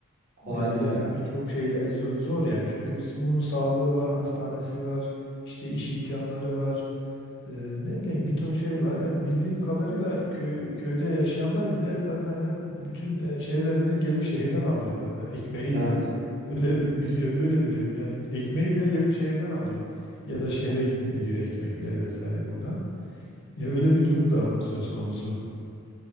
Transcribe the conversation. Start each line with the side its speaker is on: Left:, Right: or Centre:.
Right: Kolay
Left: e, yani
Right: değil ya.
Left: birçok şey e, zo- zor yani. Çünkü s- bunun sağlığı var, hastanesi var, işte iş imkanları var. Ee, ne bileyim bir ton şey var. Ya bildiğim kadarıyla köy, köyde yaşayanlar bile zaten hep bütün e, şeylerini gelip şehirden alıyorlar. Ekmeği
Right: Evet.
Left: bile. Öyle bi- biliyor, öyle biliyorum. Yani ekmeği bile gelip şehirden alıyor. Ya da şehre gid- gidiyor ekmekleri vesaire burada. Ya öyle bir durum da söz konusu.